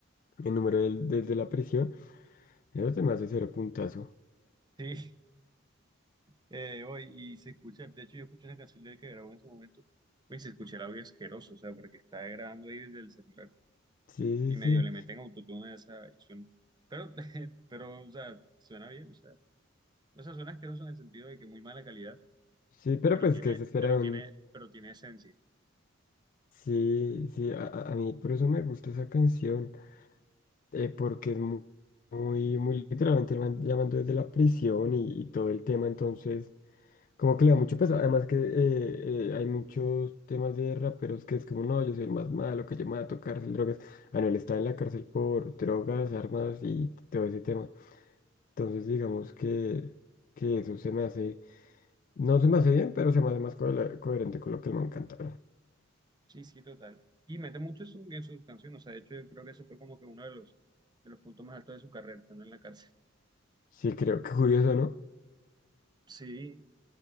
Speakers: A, on the left; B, on the right.
A: en número del- desde la prisión, eso se me hace cero puntazo.
B: Sí, eh, hoy, y se escucha, de hecho yo escuché una canción de él que grabó en ese momento, y se escucha el audio asqueroso, o sea, porque está grabando ahí desde el celular.
A: Sí,
B: y medio
A: sí, sí.
B: le meten autotune a esa y suena. Pero, <laughs> pero, o sea, suena bien, o sea, o sea, suena asqueroso en el sentido de que muy mala calidad,
A: Sí, pero
B: pero
A: pues
B: tiene,
A: que se espera
B: pero
A: de un
B: tiene, pero tiene esencia.
A: Sí, sí, a, a- a mí por eso me gusta esa canción, eh, porque es mu- muy, muy, literalmente lo van llamando desde la prisión y, y todo el tema, entonces como que le da mucho peso, además que eh, eh, hay muchos temas de raperos que es como, no, yo soy el más malo, que yo me voy a tocar cárcel, drogas, ah, no, él está en la cárcel por drogas, armas y todo ese tema, entonces digamos que, que eso se me hace, no se me hace bien, pero se me hace más co- coherente con lo que el man canta.
B: Sí, sí, total. Y mete mucho eso en sus canciones, o sea, de hecho, yo creo que ese fue como que uno de los, de los puntos más altos de su carrera, estando en la cárcel.
A: Sí, creo que curioso, ¿no?
B: Sí,